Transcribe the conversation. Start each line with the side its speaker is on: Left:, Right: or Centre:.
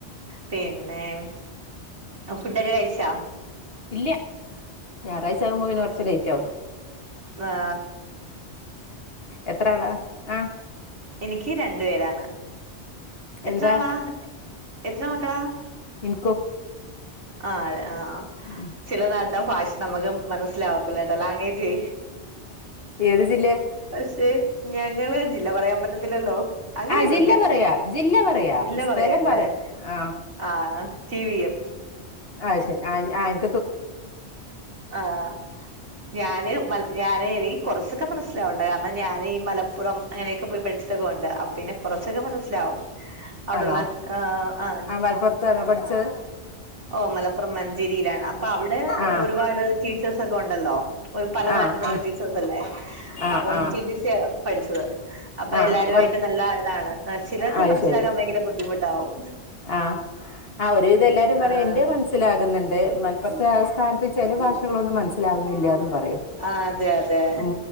Right: പിന്നേം ഒ ഫുഡൊക്കെ കഴിച്ച
Left: ഇല്ല ഞായറാഴ്ച ആകുമ്പോ പിന്നെ കൊറച്ച് ലേറ്റ് ആവും
Right: വാ
Left: എത്ര ആളാ അ
Right: എനിക്ക് രണ്ടു പേരാണ്
Left: എന്താ
Right: എത്ര ആളാ എത്ര മക്കളാ
Left: ഇന്ക്കും
Right: ആഹ് അതെ ആഹ
Left: ഉം
Right: ചില നാട്ടിലെ ഫാഷ നമക്ക് മനസ്സിലാവാത്തില്ലേട്ട ലാംഗവേജ്
Left: ഏത് ജില്ലേ
Right: പക്ഷെ ഞങ്ങള് ജില്ല പറയാൻ പറ്റത്തില്ലല്ലോ അങ്ങനെയൊന്നു
Left: ആ ജില്ല
Right: ഇല്ല
Left: പറയാ ജില്ല പറയാ
Right: ജില്ല
Left: സ്ഥലം
Right: പറയാ
Left: പറ
Right: ലേ
Left: ആഹ്
Right: ആഹ് ടി വിയം
Left: അഹ് ശെരി ആന് ആന്
Right: ആഹ് ഞാന് മല് ഞാനെനി കൊറച്ചൊക്കെ മനസ്സിലാവുട്ട കാര്ണം ഞാൻ ഈ മലപ്പുറം അങ്ങനെയൊക്കെ പോയി പഠിച്ചിട്ടൊക്കെ ഒണ്ട്. അപ്പിന്നെ കൊറച്ചൊക്കെ മനസ്സിലാവും ഔടള്ള
Left: ആണോ
Right: ആഹ് ആ
Left: മലപ്പുറത്താണോ പഠിച്ചത്
Right: ഓ മലപ്പുറം മഞ്ചേരിയിലാണ് പ്പ അവിടെ
Left: ആഹ്
Right: ഒരുപാട് ടീച്ചേഴ്സ് ഒക്കെ ഒണ്ടല്ലോ ഒരു പല
Left: ആഹ്
Right: നാട്ടിന്നൊക്കെ
Left: ആഹ്
Right: <unintelligible> അല്ലേ
Left: ആഹ്
Right: അപ്പം
Left: ആഹ്
Right: ടിട്ടീ സിയാ പഠിച്ചത് അപ്പൊ
Left: ആഹ്
Right: എല്ലാരുവായിട്ട്
Left: വർ
Right: നല്ല ഇതാണ് ചിലർക്ക്
Left: അത്
Right: മനസ്സിലാക്കാൻ
Left: ശരി
Right: ഭയങ്കര ബുദ്ധിമുട്ടാവും
Left: ആഹ് ആ ഒരുവിധം എല്ലാരും പറയും
Right: ആഹ്
Left: എന്റെ മനസ് ത്തിലാകുന്ന്ണ്ട്. മലപ്പൊറ്ത്തെ ആസ്ഥാനത്ത് ചെല ഭാഷകളൊന്നും മന സ്സിലാവുന്നില്ലാന്നും പറയും
Right: ആഹ് അതെ അതെ
Left: ഉം